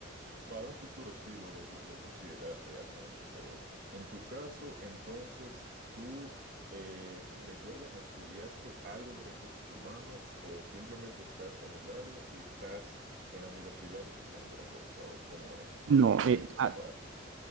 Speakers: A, on the right; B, on the right.
A: Para un futuro sí, lo, lo voy a considerar realmente, pero en tu caso, entonces, tú, eh, recuérdame, ¿estudiaste algo de recursos humanos o simplemente estás en el área y estás en la universidad estudiando otra cosa o cómo es? Porque
B: No,
A: no entendí
B: eh,
A: bien esa
B: ah,
A: parte.